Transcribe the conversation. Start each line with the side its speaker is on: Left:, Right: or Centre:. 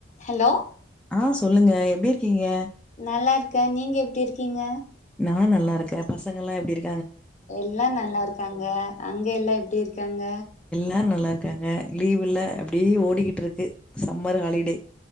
Left: Hello
Centre: ஆ சொல்லுங்க எப்டி இருக்கீங்க
Left: நல்லா இருக்க நீங்க எப்டி இருக்கீங்க
Centre: நா நல்லா இருக்க பசங்கலா எப்டி இரு
Left: எல்லா நல்லா இருக்காங்க அங்க எல்லா எப்டி இருக்காங்க
Centre: ஹ நல்லா இருக்காங்க லீவுல அப்டியே ஓடிக்கிட்டு இருக்கு சம்மர் ஹாலிடே